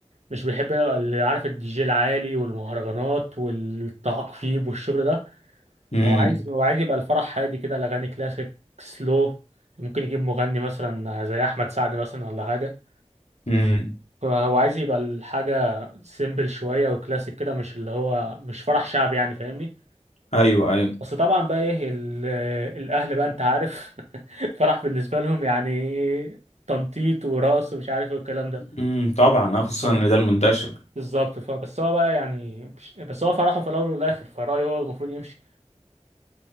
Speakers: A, on the right; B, on the left.
A: مش بيحب يبقى اللي عارف الدي جي العالي والمهرجانات والتعقيب والشغل ده
B: امم
A: هو عايز هو عايز يبقى الفرح هادي كده الأغاني كلاسيك سلو ممكن يجيب مغني مثلا زي أحمد سعد مثلا ولا حاجة
B: امم
A: فهو عايز يبقى الحاجة سيمبل شوية وكلاسيك كده مش اللي هو مش فرح شعبي يعني فاهمني
B: ايوه ايوه
A: بس طبعا بقى ايه ال- الأهل بقى أنت عارف <laughs> فرح بالنسبة لهم يعني إيه، تنطيط ورقص ومش عارف إيه والكلام ده
B: امم طبعا آه، خصوصا
A: آه.
B: ان ده المنتشر
A: بالظبط فبس هو بقى يعني مش... بس هو فرحه في الاول والاخر فرأيه هو المفروض يمشي